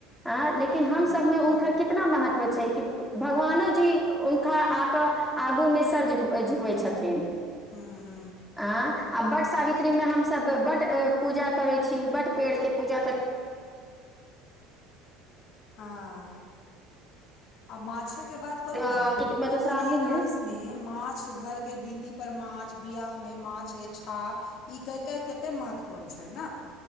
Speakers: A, in the centre; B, on the left.
A: अऽ लेकिन
B: हँ
A: हम सभमे
B: हँ
A: उनकर केत इतना महत्व छैय कि भगवानो जी हुनकाआक आगू मे सर झुकवे ओ झुकबै छथिन
B: हूहू
A: अऽ वट सावित्री में हमस बट पूजा करै छी बट पेड़ के पूजा कर
B: ह आ माछे के बात करु
A: अ,
B: न पोखरी
A: मधुश्रावणी
B: इनार
A: मे
B: सब मे माछ घर के भीती पर माछ बियाह मे माछ के छाप ई कयकय कतेक महत्वपूर्ण छैयन